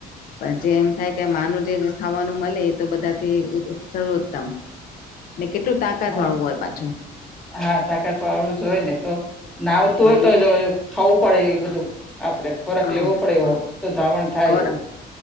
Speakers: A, on the left; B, in the centre.
A: પણ જે એમ થાય કે માનું જે ખાવાનું મળે એ તો બધાથી સર્વોત્તમ ને કેટલું તાકાત
B: હા
A: વાળું હોય પાછું.
B: હા તાકાત વાળું જો હોય ને તો નાવતું
A: હા
B: હોય તો
A: એજ
B: જો ખાવું પડે એ બધું આપડે ફરક
A: હા
B: લેવો પડે એવો
A: હા
B: તો ધાવણ થાય
A: ખોરા
B: એવું.